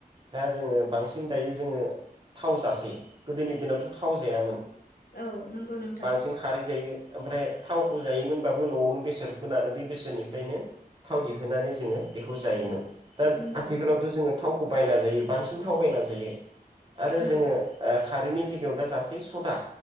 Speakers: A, on the right; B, on the left.
A: दा जोङो बांसिन दायो जोङो थाव जासै गोदोनि दिनावथ थाव जायामोन
B: औ नंगौ नोंथां
A: बांसिन खारै जायो ओमफ्राय थावखौ जायोमोनबाबो नआवनो बेसर फोनानो बे बेसोरनि नो थाव दिहुनानै जोङो बेखौ जायोमोन दा
B: नंगौ
A: आथिखालावथ
B: नोंथां
A: जोङो थावखौ बायना जायो बांसिन थाव बायना जायो आरो
B: औ
A: जोङो ओ खारैनि जायगायाव दा जासै सदा